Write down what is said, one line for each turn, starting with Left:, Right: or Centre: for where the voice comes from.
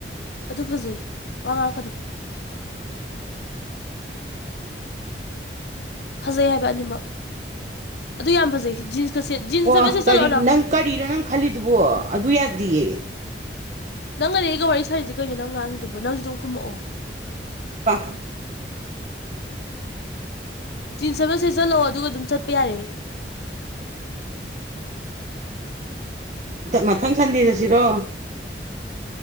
Left: ꯑꯗꯨ ꯐꯖꯩ ꯋꯥ ꯉꯥꯡꯀꯅꯣ ꯐꯖꯩ ꯍꯥꯏꯕ ꯑꯅꯤꯃꯛ ꯑꯗꯨ ꯌꯥꯝ ꯐꯖꯩ ꯖꯤꯟꯁꯀ ꯁꯦ ꯖꯤꯟꯁ
Right: ꯑꯣ
Left: ꯍꯥꯏꯕ ꯁꯦꯠꯆꯜꯂꯛꯑꯣꯅ
Right: ꯀꯔꯤ ꯅꯪ ꯀꯔꯤꯅꯣ ꯅꯪ ꯈꯜꯂꯤꯗꯨꯕꯣ ꯑꯗꯨ ꯌꯥꯗꯌꯦ
Left: ꯅꯪ ꯑꯅꯦꯛꯒ ꯋꯥꯔꯤ ꯁꯥꯔꯤꯁꯦ ꯀꯩꯅꯣ ꯅꯪ ꯉꯥꯡꯉꯗꯨꯕ ꯅꯪꯁꯨ ꯑꯗꯨꯝ ꯈꯨꯝꯃꯛꯛꯑꯣ
Right: ꯋꯥ
Left: ꯆꯤꯟꯁꯕꯁꯦ ꯆꯠꯂꯛꯑꯣ ꯑꯗꯨꯒ ꯑꯗꯨꯝ ꯆꯠ ꯌꯥꯔꯦ
Right: ꯃꯊꯪ ꯁꯟꯗꯦꯗ ꯁꯤꯔꯣ